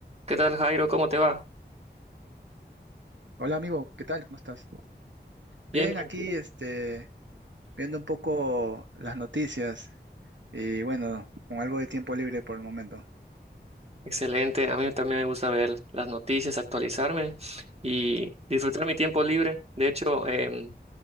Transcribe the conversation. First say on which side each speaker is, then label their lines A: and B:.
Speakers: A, on the right; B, on the right.
A: ¿Qué tal, Jairo? ¿Cómo te va?
B: Hola amigo, ¿qué tal? ¿Cómo estás?
A: Bien,
B: Bien,
A: tranquilo.
B: aquí este, viendo un poco las noticias y bueno, con algo de tiempo libre por el momento.
A: Excelente. A mí también me gusta ver las noticias, actualizarme y disfrutar mi tiempo libre. De hecho, em,